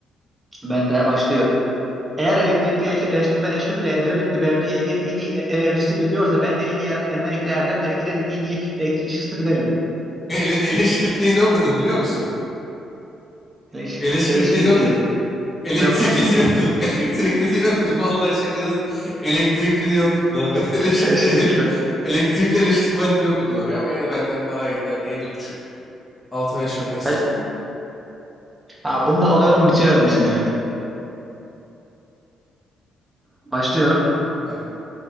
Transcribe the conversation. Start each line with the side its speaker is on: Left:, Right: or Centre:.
Right: Ben de başlıyorum. Eğer elektrikle eleş- eleştiri ben Eşref ile Edrebitli Berdi'yi Ege'nin en iyi e- enerjisi biliyorsa ben de en iyi er Ermenikli Erdem Ergilen'in en iyi elektrikçisidir derim.
Left: E, Ele, eleşkirtliğini okudum biliyor musun?
Right: Eleş
Left: Eleşkirtliğini
Right: Eleşkirtli.
Left: okudum. Elektrikli
Right: Ne okudum?
Left: diye okudun. <laughs> Elektrikli diye okudun. Vallahi şakasız. Elektrikli diye okudun abi. <laughs> Elektrikli
Right: Eleşkirtli.
Left: ele, elektrikli eleştirmen diye okudun oraya ama yine de benden daha iyiydi. Hadi yedi buçuk. Altı beş öndesin.
Right: Hayır. Ha, bunu da alıyorum bitiriyorum seni. Başlıyorum.
Left: Bak